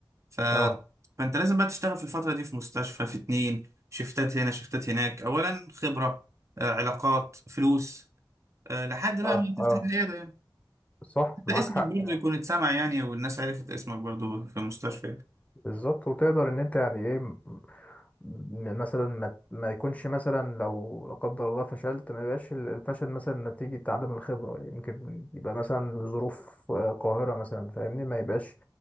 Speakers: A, on the right; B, on the left.
A: ف...
B: اه
A: فانت لازم بقى تشتغل في الفتره دي في مستشفى في اتنين شفتات هنا شفتات هناك اولا خبره آه، علاقات فلوس آه، لحد بقى
B: اه
A: ما
B: اه
A: تفتح
B: آه.
A: العيادة يعني
B: صح
A: حتى
B: معاك
A: اسمك
B: حق
A: برضه يكون اتسمع يعني والناس عرفت اسمك برضه في المستشفى
B: بالظبط وتقدر ان انت يعني ايه م- م- مثلا ما, ما يكونش مثلا لو لا قدر الله فشلت ما يبقاش ال- الفشل مثلا نتيجة عدم الخبرة يمكن يبقى مثلا ظروف آه، قاهرة مثلا فاهمني ما يبقاش